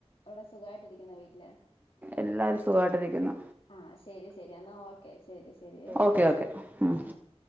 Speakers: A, on the left (about 60°); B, on the right (about 15°).
A: അവിടെ സുഖായിട്ടിരിക്കുന്ന വീട്ടില്
B: എല്ലാവരും സുഖമായിട്ടിരിക്കുന്നു
A: ആഹ് ശരി ശരി എന്നാ ഓക്കെ ശരി
B: ഓക്കെ ഓക്കെ
A: ആഹ്